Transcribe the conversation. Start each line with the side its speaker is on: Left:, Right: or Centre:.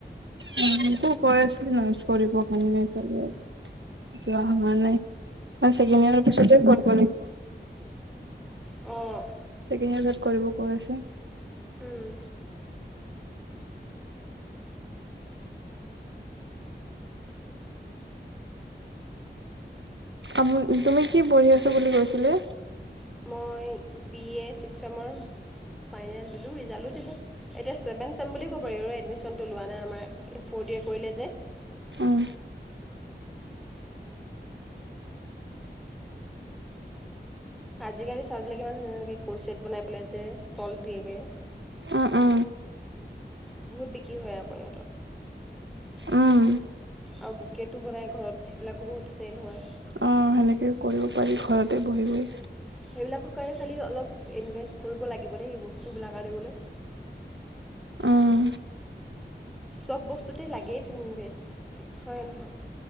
Right: অ মোকো কৈ আছিল নাৰ্চ কৰিবৰ কাৰণে যোৱা হোৱা নাই। ছেকেণ্ড ইয়াৰ পিছততে পঢ়িব লাগিব।
Centre: অ',।
Right: ছেকেণ্ড ইয়াৰ কৰিব কৈ আছে।
Centre: উম।
Right: আ', তুমি কি পঢ়ি আছো বুলি কৈছিলে।
Centre: মই বি এ ছিক্স চেমৰ ফাইনেল দিলোঁ ৰিজাল্টটো দিলোঁ এতিয়া ছেভেন চেম বুলি ক'ব পাৰি আৰু এডমিশ্যনটো লোৱা নাই আমাৰ এই ফ'ৰ্থ কৰিলে যে।
Right: উম
Centre: আজিকালি ছোৱালবিলাক ইমান ধকৈ ক্ৰোচট বনাই পেলাই যে ষ্টল দিয়েগৈ।
Right: উ, উ।
Centre: বহুত বিক্ৰী হয় আকৌ ইহঁতৰ।
Right: উম
Centre: আৰু বুকেটো বনায় ঘৰত সেইবিলাকো বহুত চেল হয়।
Right: অ সেনেকে পাৰি ঘৰতে বহি বহি
Centre: সেইবিলাকৰ কাৰে খালী অলপ ইনভেষ্ট কৰিব লাগিব দেই সেই বস্তুবিলাক আনিবলৈ।
Right: উম।
Centre: চব বস্তুতে লাগেই চোন ইনভেষ্ট হয় নহয়।